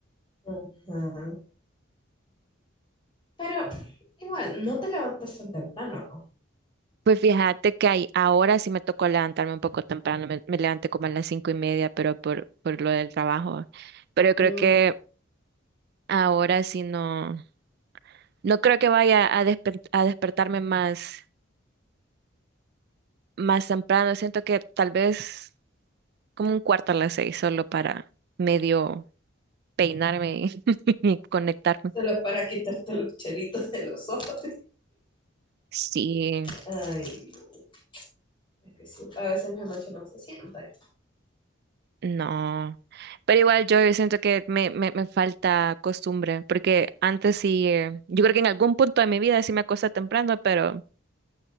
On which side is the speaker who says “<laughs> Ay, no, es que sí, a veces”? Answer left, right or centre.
Left